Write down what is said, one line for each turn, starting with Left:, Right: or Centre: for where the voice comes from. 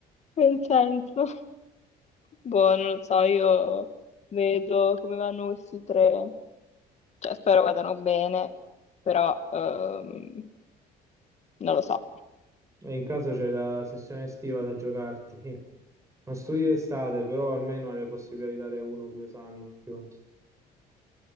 Left: nel senso. Boh, non lo so, io vedo come vanno questi tre, cioè spero vadano bene, però ehm, Non lo so.
Right: E in caso c'è la sessione estiva da giocarti. <laughs> Non studi l'estate, però almeno hai la possibilità di dare uno o due esami in più.